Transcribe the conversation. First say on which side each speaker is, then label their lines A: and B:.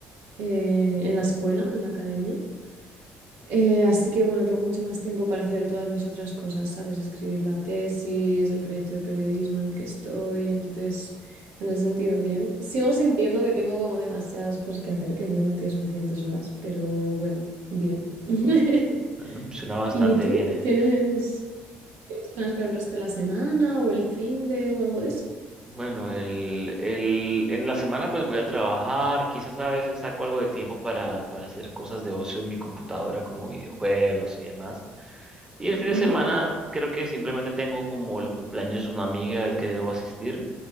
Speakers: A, on the right (about 75°); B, on the right (about 15°).
A: eh, en la escuela, en la academia. Eh, así que bueno, tengo mucho más tiempo para hacer todas mis otras cosas, ¿sabes? Escribir la tesis, el proyecto de periodismo en el que estoy, entonces, en ese sentido, bien. Sigo sintiendo que tengo como demasiadas cosas que hacer, que el día no tiene suficientes horas, pero bueno, bien. <laughs>
B: Bueno, suena bastante
A: ¿Y tú?
B: bien, ¿eh?
A: ¿Tienes, tienes planes para el resto de la semana o el fin de o algo de eso?
B: Bueno, el, el, en la semana pues voy a trabajar, quizás a veces saco algo de tiempo para, para hacer cosas de ocio en mi computadora como videojuegos y demás. Y el fin de
A: Ujú,
B: semana creo que simplemente tengo como el cumpleaños de una amiga al que debo asistir.